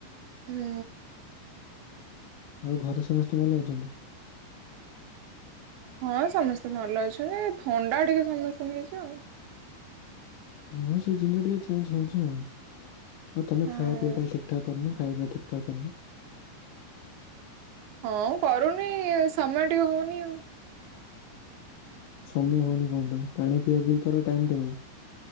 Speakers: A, on the right; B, on the left.
A: ହୁଁ।
B: ଆଉ ଘରେ ସମସ୍ତେ ଭଲ ଅଛନ୍ତି?
A: ହଁ ସମସ୍ତେ ଭଲ ଅଛନ୍ତି ଏ ଥଣ୍ଡା ଟିକେ ସମସ୍ତଙ୍କୁ ହେଇଚି ଆଉ।
B: ହଁ ସିଜିନ୍ ଟା ଟିକେ ଚେଞ୍ଜ ହଉଛି ଆଉ ଆଉ ତମେ
A: ହଁ
B: ଖାଇବା ପିଇବା କାଲି ଠିକ୍ ଠିକ୍ ଠାକ୍ କରୁନ ଖାଇବା ପିଇବା ଠିକ୍ ଠାକ୍ କରୁନ।
A: ହଁ କରୁନି ଉ ସମୟ ଟିକେ ହଉନି ଆଉ।
B: ସମୟ ହଉନି କଣ ପାଇଁ ପାଣି ପିଆ ପି କର ଟାଇମ୍ ଟେବୁଲ୍